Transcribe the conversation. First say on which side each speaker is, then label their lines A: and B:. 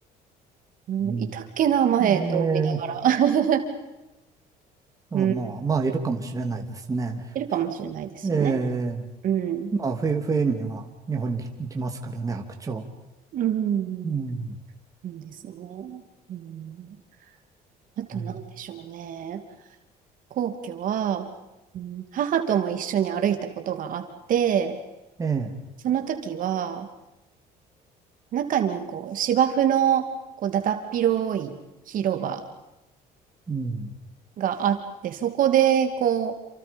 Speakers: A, on the right (about 55°); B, on the right (about 20°).
A: うん、
B: ん。
A: いたっけな、前と思いながら。
B: え
A: <laughs>
B: ー、
A: うん、
B: あ、まあ、まあ、いるかもしれないですね。
A: いるかもしれないですよね。
B: えー、
A: うん。
B: まあ、冬、冬には日本に来ますからね、白鳥。
A: うん。
B: うん。
A: うんですね。うん。あと何でしょうね。
B: はい。
A: 皇居は、うん、母とも一緒に歩いたことがあって、
B: ええ、
A: その時は、中にこう芝生のこうだだっ広い広場
B: うん。
A: があって、そこでこう、